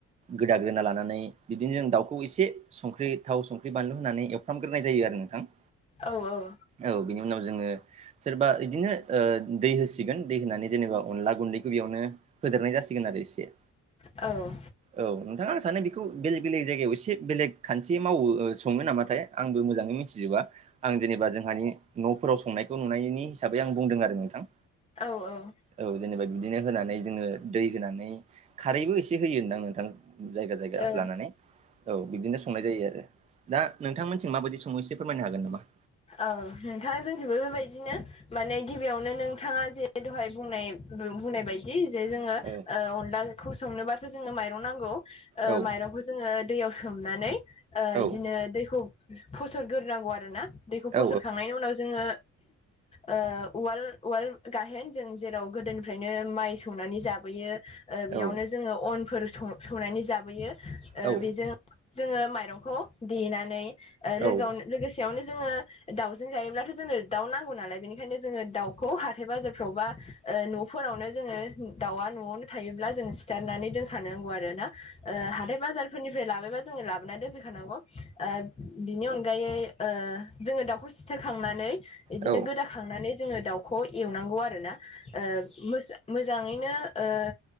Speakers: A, on the right; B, on the left.
A: गोदाग्रोना लानानै बिदि जों दाउखौ इसे संख्रि, थाव, संख्रि, बानलु होनानै एवफ्रामग्रोनाय जायो आरो नोंथां।
B: औ औ
A: औ बिनि उनाव जोङो सोरबा इद दिनो ओ दै होसिगोन दै होनानै जेनेबा अनला गुन्दैखौ इयावनो होदेरनाय जासिगोन आरो एसे।
B: औ
A: औ नोंथां आं सानो बेखौ बेलेग बेलेग जायगायाव एसे बेलेग खान्थि मावो ओ सङो नामाथाय। आंबो मोजाङै मिथिजोबा। आं जेनेबा जोंहानि न'फोराव संनायखौ नुनायनि हिसाबै आं बुंदों आरो नोंथां।
B: औ औ।
A: औ जेनेबा बिदिनो होनानै जोङो दै होनानै खारैबो एसे होयो ओनदां नोंथां। जायगा जायगा
B: औ
A: लानानै औ बिदिनो संनाय जायो आरो। दा नोंथांमोनथिं माबादि संङो एसे फोरमायनो हागोन नामा?
B: औ नोंथां जोंथिंबो बेबायदिनो माने गिबियावनो नोंथाङा जे दहाय बुंनाय उम बुंनाय बाय जि जे जोंङो
A: औ
B: ओ अनला ओंख्रिखौ संनोबा जोंनो माइरं नांगौ, ओ
A: औ
B: माइरंखौ जो जोङो दैयाव सोमनानै ओ
A: औ
B: इदिनो दैखौ फसरगोरनांगौ आरो ना। दैखौ फसरखांनायनि
A: औ
B: उनाव जोङो ओ उवाल उवाल गाहेन जों जेराव गोदोनिफ्रायनो माइ सौनानै जाबोयो ओ बेयावनो
A: औ
B: जोङो अनफोर सं-सौनानै जाबोयो, ओ
A: औ
B: बेजों- जोङो माइरंखौ देनानै ओ लोगोआवनो
A: औ
B: लोगोसेयावनो। जोङो दाउजों जायोब्लाथ' जोंनो दाउ नांगौ नालाय बेनिखायनो जोङो दाउखौ हाथाय बाजारफ्रावबा ओ न'फोरावनो जोङो दाउआ न'आवनो थायोब्ला जों सिथारनानै दोनखानांगौ आरो ना। ओ हाथाय बाजार। फोरनिफ्राय लाबायबा जोङो लाबोना दोनफैखानांगौ ओ बिनि अनगायै ओ जोङो दाउखौ सिथारखांनानै इदिनो
A: औ
B: गोदाखांनानै जोङो दाउखौ एवनांगौ आरो ना। ओ मोजा मोजांङैनो ओ